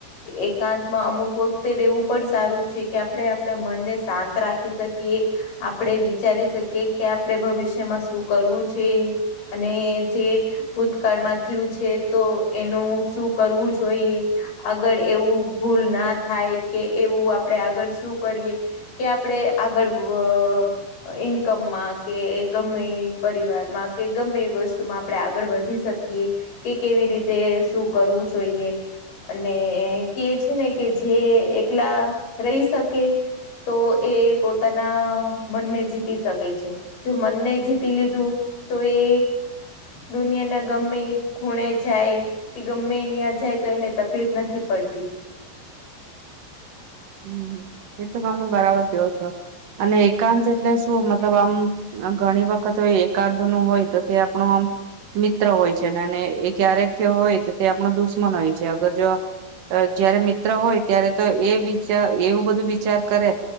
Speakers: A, on the left; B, on the right.
A: એકાંત માં અમુક વખતે રેવું પણ સારું છે કે આપડે આપડા મનને શાંત રા ખી શકીએ, આપડે વિચારી શકીએ કે આપડે ભવિષ્યમાં શું કરવું છે? અને જે ભૂતકાળમાં થ્યું છે તો એનું શું કરવું જોઈએ? અગર એવું ભૂલ ના થાય કે એવું આપડે આગળ શું કરીએ કે આપડે આગળ વઅ ઇન્કમમાં કે ગમે ઈ પરિવારમાં કે ગમે ઈ વસ્તુમાં આપડે આગળ વધી શકીએ કે કેવી રીતે શું કરવું જોઈએ અને કે છે ને કે જે એકલા રહી શકે તો એ પોતાના મનને જીતી શકે છે. જો મનને જીતી લીધું તો એ દુનિયાના ગમે ઈ ખૂણે જાય કે ગમ્મે ઇયા જાય તો એને તકલીફ નથી પડતી.
B: હમ, એ તો તમે બરાબર કેવો છો, અને એકાંત એટલે શું મતલબ આમ આ ઘણી વખત હોય એકાદનું હોય તો તે આપણું આમ મિત્રો હોય છે ને અને એ ક્યારેક હોય ત તે આપણો દુશ્મન હોય છે અગર જો અ જ્યારે મિત્ર હોય ત્યારે તો એ વિચાર એવું બધું વિચાર કરે